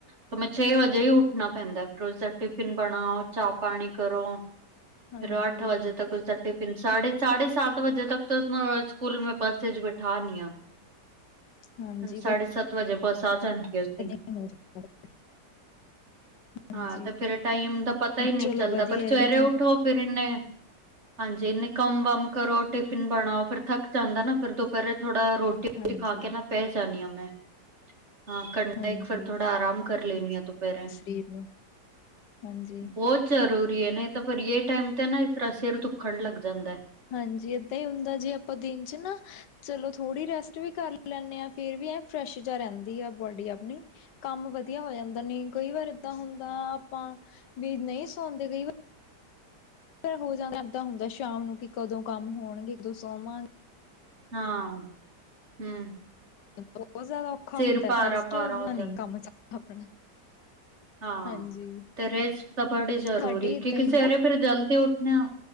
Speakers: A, on the right (about 40°); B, on the left (about 80°).
A: ਤਾਂ ਮੈਂ ਛੇ ਵਜੇ ਵੀ ਉੱਠਣਾ ਪੈਂਦਾ ਫਿਰ ਉਸਦਾ ਟਿਫਿਨ ਬਣਾਓ, ਚਾਹ ਪਾਣੀ ਕਰੋ,
B: ਹਾਂਜੀ,
A: ਫੇਰ ਅੱਠ ਵਜੇ ਤੱਕ ਉਸਦਾ ਟਿਫਿਨ ਸਾਢੇ, ਸਾਢੇ ਸੱਤ ਵਜੇ ਤੱਕ ਤਾਂ ਉਸਨੂੰ ਸਕੂਲ ਮੈਂ ਬੱਸ ਇਚ ਬਿਠਾ ਆਨੀ ਆ।
B: ਹਾਂਜੀ
A: ਸਾਢੇ ਸੱਤ ਵਜੇ ਬਸ ਆ ਜਾਂਦੀ ਐ ਉਸ ਦੀ।
B: ਓ <inaudible>
A: ਹਾਂ
B: ਹਾਂਜੀ।
A: ਤੇ ਫੇਰ ਏ ਟਾਈਮ ਦਾ ਪਤਾ ਈ ਨੀ
B: ਚਲੋ
A: ਚੱਲਦਾ
B: ਵਧੀਆ
A: ਫੇਰ ਸਵੇਰੇ
B: ਹੈ ਵੀ ਤੁਹਾਨੂੰ
A: ਉੱਠੋ ਫਿਰ ਇਨੇ ਹਾਂਜੀ ਇਨੇ ਕੰਮ ਵਮ ਕਰੋ ਟਿਫਿਨ ਬਣਾਓ, ਫੇਰ ਥੱਕ ਜਾਂਦਾ ਐ ਨਾ, ਫਿਰ ਦੁਪੈਰੇ ਥੋੜਾ ਰੋ ਟੀ
B: ਹਾਂਜੀ,
A: ਖਾ ਕੇ ਨਾ ਪੈ ਜਾਂਨੀ ਆ ਮੈਂ। ਹਾਂ ਘੰਟਾ
B: ਹਾਂਜੀ।
A: ਇੱਕ ਫਿਰ ਥੋੜਾ ਆਰਾਮ ਕਰ ਲੈਨੀ ਆ ਦੁਪੈਰੇ।
B: ਵੀਰ ਨੂੰ ਹਾਂਜੀ।
A: ਬੋ ਜ਼ਰੂਰੀ ਏ ਨਈ ਤਾਂ ਪਰ ਯੈ ਟਾਈਮ ਤੇ ਨਾ ਇਸ ਤਰ੍ਹਾਂ ਸਿਰ ਦੁੱਖਣ ਲੱਗ ਜਾਂਦਾ ਐ।
B: ਹਾਂਜੀ ਏਦਾਂ ਈ ਹੁੰਦਾ ਜੇ ਆਪਾਂ ਦਿਨ 'ਚ ਨਾ ਚਲੋ ਥੋੜ੍ਹੀ ਰੈਸਟ ਵੀ ਕਰ ਲੈਂਨੇ ਆ, ਫੇਰ ਵੀ ਐ ਫਰੈਸ਼ ਜਾ ਰਹਿੰਦੀ ਆ ਬੋਡੀ ਆਪਣੀ। ਕੰਮ ਵਧੀਆ ਹੋ ਜਾਂਦਾ ਆ, ਨਈ ਕਈ ਵਾਰ ਏਦਾਂ ਹੁੰਦਾ ਆਪਾਂ ਵੀ ਨਈ ਸੌਂਦੇ ਕਈ ਵਾ ਫੇਰ ਹੋ ਜਾਂਦਾ ਇੱਦਾਂ ਹੁੰਦਾ ਸ਼ਾਮ ਨੂੰ ਕਿ ਕਦੋਂ ਕੰਮ ਹੋਣਗੇ, ਕਦੋਂ ਸੋਮਾ <inaudible>
A: ਹਾਂ ਹੂੰ
B: ਬੋ ਜ਼ਿਆਦਾ ਔਖਾ
A: ਸਿਰ
B: ਹੁੰਦਾ
A: ਭਾਰਾ
B: ਏਦਾ ਰੈਸਟ
A: ਭਾਰਾ ਹੋ
B: ਬਿਨਾ
A: ਜਾਂਦਾ
B: ਨੀ ਕੰਮ
A: ਹੈ।
B: ਚ <inaudible> ਆਪਣਾ।
A: ਹਾਂ
B: ਹਾਂਜੀ
A: ਤੇ ਰੇਸਟ ਤਾਂ ਬੜੀ ਜ਼ਰੂਰੀ
B: ਸਾਡੇ ਏਦਾਂ
A: ਕਿਉਂਕਿ
B: ਹੀ
A: ਸਵੇਰੇ
B: ਹੁੰਦਾ
A: ਫਿਰ ਜਲਦੀ ਉੱਠ ਨੇ ਆ।